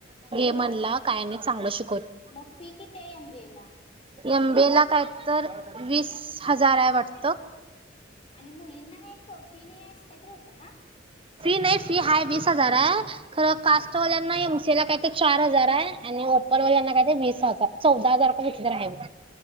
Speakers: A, on the right; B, on the left.
A: म्हणाला काय नाही चांगला शिक
B: म फी किती हाय एमबीए ला
A: एमबीए ला काय तर वीस हजार आहे वाट
B: आणि मुलींना काही क फी नाही असं काहीतर होतं ना?
A: फी नाही फी हा वीस हजार आहे खरं कास्टवाल्यांना
B: हा
A: काय ते चार हजार आहे आणि ओपर वल्याना काय ते वीस हजार आहे चौदा हजारपती तर आहे म